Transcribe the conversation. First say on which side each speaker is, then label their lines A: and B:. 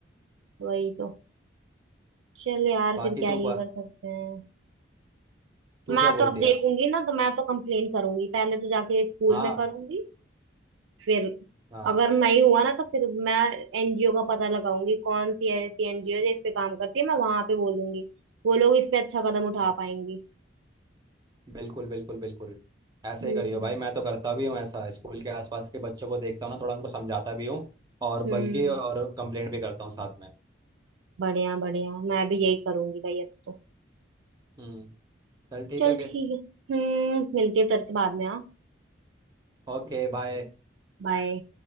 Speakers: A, on the right; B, on the right.
A: वही तो चल यार
B: बाकी
A: फिर क्या
B: तू
A: ही
B: ब-
A: कर सकते हैं
B: तू
A: मैं
B: क्या
A: तो
B: बोलती
A: अब देखूंगी
B: है
A: ना तो मैं तो कंप्लेन करूंगी पहले तो जाके स्कूल
B: हाँ
A: में करूंगी फिर
B: हाँ
A: अगर नहीं हुआ ना तो फिर मैं एनजीओ का पता लगाऊंगी कौन सी ऐसी एनजीओ है जो इस पे काम करती है मैं वहां पे बोलूंगी वो लोग इस पे अच्छा कदम उठा
B: हाँ,
A: पाएंगी
B: बिल्कुल बिल्कुल बिल्कुल ऐसे
A: हम्म
B: ही करियो भाई मैं तो करता भी हूँ ऐसा स्कूल के आसपास के बच्चों को देखता हूँ ना थोड़ा उनको समझाता भी हूँ और
A: हम्म
B: बल्कि और कंप्लेंट भी करता हूँ साथ में
A: बढ़िया बढ़िया मैं भी यही करूंगी भाई अब तो
B: हम्म चल ठीक
A: चल
B: है
A: ठीक
B: फिर
A: है हम्म मिलती है तेरे से बाद में हाँ
B: Okay bye
A: बाय